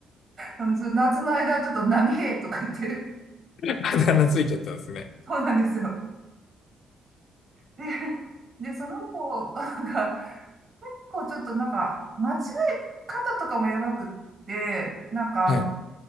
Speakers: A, on the right; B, on the left.
A: あのそう夏の間ちょっと波平とか言って、
B: あだ名ついちゃったんですね。
A: そうなんですよ。で、で、その子が、こうちょっとなんか、間違え方とかもやばくって、なんかあの、
B: はい。